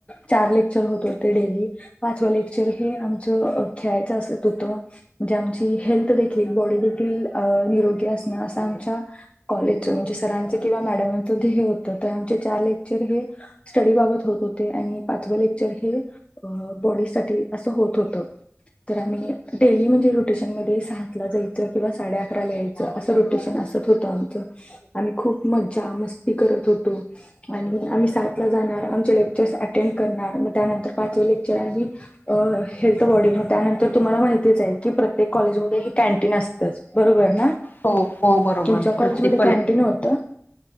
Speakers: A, on the left (about 25°); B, on the left (about 45°).
A: चार लेक क्चर होत होते डेली. पाचवा लेक्चर हे आमचं खेळायचं असत होतं. म्हणजे आमची हेल्थ देखील, बॉडी देखील निरोगी असणं असं आमच्या कॉलेजच म्हणजे सरांचं किंवा मॅडमांच ध्येय होतं. तर आमचे चार लेक्चर हे स्टडी बाबत होत होते. आणि पा चव लेक्चर हे बॉडी साठी असं होत होतं. तर आम्ही डेली म्हणजे, रोटेशनमध्ये सातला जायचं किंवा साडे अकराला यायचं. असं रोटेशन असत होतं आमचं. आम्ही खूप मज्जा मस्ती करत होतो. आणि आम्ही सातला जाणार, आमचे लेक्चर्स अटेंड करणार. मग त्यानंतर पाचवे लेक्चर आम्ही अ हेल्थ, बॉडी. मग त्यानंतर तुम्हाला माहितीच आहे की प्रत्येक कॉलेजमध्ये हे कॅन्टीन असतं. बरोबर ना?
B: हो हो बरोबर
A: तुमच्या कॉलेजमध्ये
B: प्रत्येक
A: कॅन्टीन होतं?